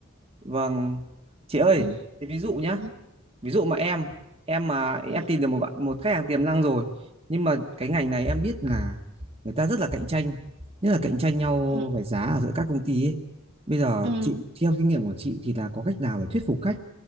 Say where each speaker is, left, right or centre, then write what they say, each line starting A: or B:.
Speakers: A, on the right (about 30°); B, on the right (about 55°).
A: vâng chị ơi
B: ừ.
A: thế ví dụ nhá
B: Ừ.
A: ví dụ mà em em mà em
B: Ừ.
A: tìm được một bạn một khách hàng tiềm năng rồi nhưng mà cái ngành này em biết là người ta rất là cạnh tranh nhất là cạnh tranh nhau
B: Ừ.
A: về giá ở giữa các công ty ấy. bây giờ
B: Ừ.
A: chị theo kinh nghiệm của chị thì là có cách nào để thuyết phục khách